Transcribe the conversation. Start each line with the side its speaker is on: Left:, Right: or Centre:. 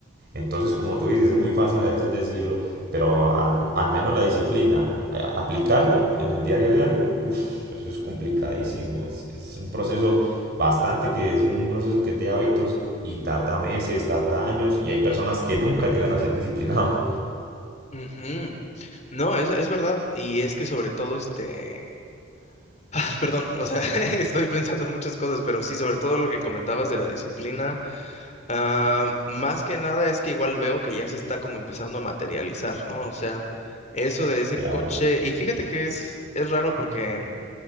Right: Entonces, como tú dices, es muy fácil a veces decirlo, pero a- al menos la disciplina, a- aplicarlo en el diario diario, uff, eso es complicadísimo. Es, es un proceso bastante que es un proceso que es de hábitos y tarda meses, tarda años y hay personas que nunca llegan a ser disciplinados.
Left: Ujú. No, es, es verdad. Y es que sobre todo, este, <laughs> <sighs> perdón, o sea, <laughs> estoy pensando en muchas cosas, pero sí, sobre todo lo que comentabas de la disciplina, ah, más que nada es que igual veo que ya se está como empezando a materializar, ¿no? O sea, eso de ese
Right: Claro.
Left: coche, y fíjate que es, es raro porque